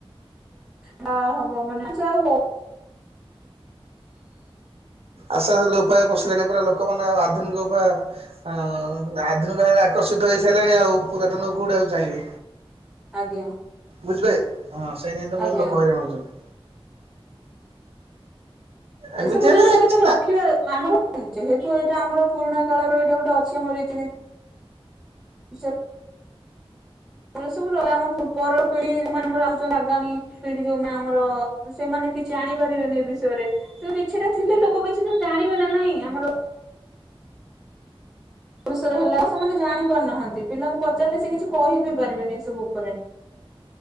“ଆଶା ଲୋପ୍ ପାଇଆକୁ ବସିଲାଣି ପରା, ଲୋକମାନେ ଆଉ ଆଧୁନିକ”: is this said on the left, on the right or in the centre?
Right